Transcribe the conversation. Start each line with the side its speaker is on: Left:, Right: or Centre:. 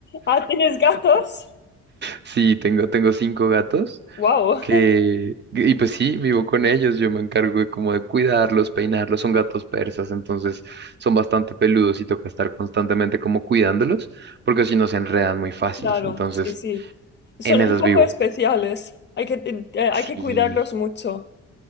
Left: Ah, ¿tienes gatos?
Right: Sí, tengo, tengo cinco gatos
Left: Wow.
Right: que, y pues sí, vivo con ellos. Yo me encargo de como de cuidarlos, peinarlos. Son gatos persas, entonces son bastante peludos y toca estar constantemente como cuidándolos, porque si no se enredan muy fácil.
Left: Claro,
Right: Entonces,
Left: sí, sí. Son
Right: en esas
Left: un poco
Right: vivo.
Left: especiales. Hay que, eh, eh, hay que
Right: Sí.
Left: cuidarlos mucho.